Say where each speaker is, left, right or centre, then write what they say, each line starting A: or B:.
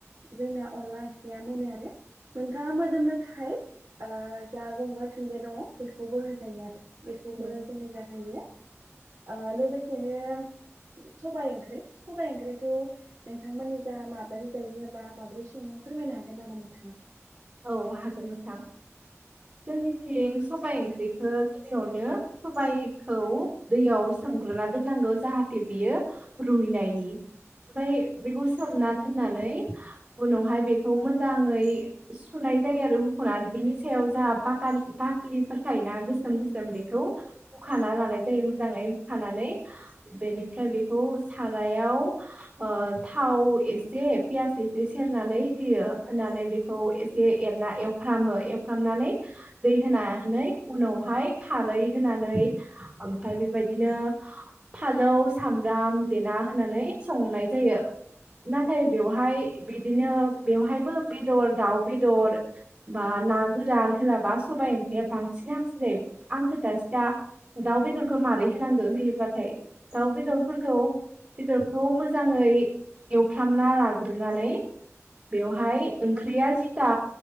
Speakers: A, on the right; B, on the right.
A: जोंना अनला ओंख्रिया मोनो आरो। नोंथाङा मोदोमनो थाखाय। ओ जा गंगार दुनदिया दङ। बेखौबो होजायो आरो बेखौबो
B: औ
A: जोंनिजा होयो। ओ लोगोसेनो सबाइ ओंख्रि सबाइ ओंख्रिखौ नोंथांमोननि जा माबारि जायो? बा माब्रै सङो फोरमायनो हागोन नामा नोंथाङा?
B: औ हागोन नोंथां। जोंनिथिं सबाइ ओंख्रि। बेखौ गिबियावनो सबायखौ दैयाव सोमग्रोना दोननांगौ जाहाथे बियो रुइनायनि ओमफ्राय बेखौ सोमना दोननानै। उनावहाय बेखौ मो जाङै सुनाय जायो आरो हुखनानै बिनि सायाव जा बाख बाखलिफोर थायोना गोसोम गोसोम। जों बेखौ हुखाना लानाय जायो मोजाङै। खानानै बेनिफ्राय बेखौ सारायाव ओ थाव एसे पियास एसे सेरनानै होयो होनानै बे खौ एसे एरना एवफ्रामो एवफ्रामनानै दै होनानै उनावहाय खारै होनानै ओमफाय बेबायदिनो फालौ सामब्राम देना होनानै संनाय जायो। नाथाय बेवहाय बिदिनो। ओ बेवहायबो। बेदर दाउ बेदर बा ना गोरान होलाबा सबाइ ओंख्रिया बांसिन हामसिन जायो। आं खोनथानिसै दा दाउ बे बेदरखौ मारै होनांगो होयोबाथाय दाउ बेदरफोरखौ बेदरखौ मोजाङै एवफ्रामना लाग्रोनानै बेवहाय ओंख्रिया जिथा